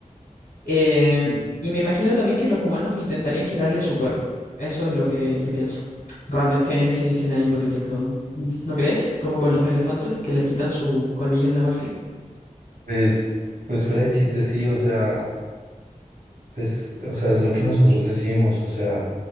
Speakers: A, on the left; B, on the right.
A: eh, y me imagino también que los humanos intentarían quitarle su cuerno. Eso es lo que yo pienso. Realmente en ese escenario hipotético, ¿no crees? Como con los elefantes que les quitan sus colmillos de marfil.
B: Pues, pues fuera de chiste, sí, o sea, pues, es- o sea, es lo que nosotros decimos, o sea,